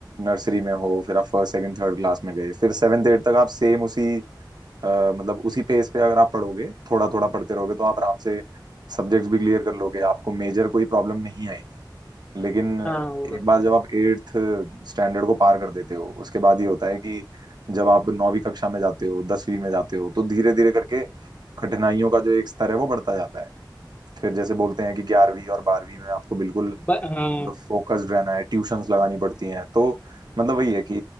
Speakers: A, on the right (about 60°); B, on the left (about 20°).
A: नर्सरी में हो फिर आप फर्स्ट सेकंड थर्ड क्लास में गए फिर सेवेंथ एट तक आप सेम उसी अ, मतलब उसी पेस पे अगर आप पढ़ोगे थोड़ा थोड़ा पढ़ते रहोगे तो आप आराम से सब्जेक्ट्स भी क्लियर कर लोगे आपको मेजर कोई प्रॉब्लम नहीं आएगी लेकिन
B: हाँ होगा
A: एक बार जब आप एट्थ स्टैंडर्ड को पार कर देते हो उसके बाद ये होता है कि जब आप नौवीं कक्षा में जाते हो दसवीं में जाते हो तो धीरे धीरे करके कठिनाइयों का जो एक स्तर है वो बढ़ता जाता है फिर जैसे बोलते हैं कि ग्यारहवीं और बारहवीं में आपको बिल्कुल
B: ब- हाँ
A: मतलब फोकस्ड रहना है ट्यूशंस लगानी पड़ती हैं तो मतलब वही है कि